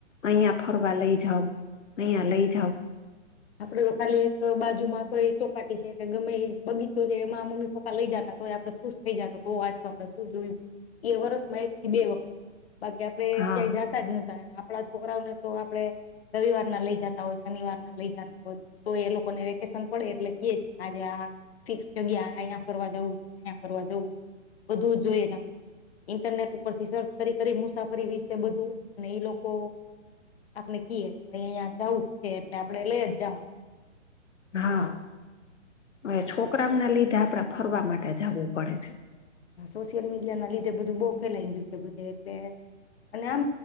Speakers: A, on the left; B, on the left.
A: અહિયા ફરવા લઈ જાવ અયા લઈ જાવ.
B: આપડે ખાલી એક બાજુમાં કોઈ ચોપાટી છે કે ગમે એ બગીચો છે એમાં મમ્મી પપ્પા લઈ જતાય આપડે ખુશ. થઈ જતો તો આજ તો આપડણે શું જોયું એ વર્ષમાં એક થી બે વખત બાકી આપડે
A: હા
B: ક્યાંય જાત આપણા છોકરાઓને તો આપડે રવિવાર ના લઈ જતા હોય શનિવાર ના લઈ જતા. તો એ લોકોને વેકેશન પડે એટલે કે કે આજે આ ફિક્સ જગ્યા અહીંયા ફરવા જવું છે અંયા ફર જવું છે બધું જ જોઈએ તમને. ઇન્ટરનેટ ઉપર થી સર્ચ કરી કરી મુસાફરી વિ બધું અને એ લોકો આપણે કએ કે અહીંયા જવું જ છે એટલે આપડે લઈ જ જવાનું.
A: હા હવે છોકરામને લીધે આપડડા ફરવા માટે જવું પડે છે.
B: સોશિયલ મીડિયા ના લીધે બધું બહઉ ફેલાય ગયું છે બધે એટલે અને આમ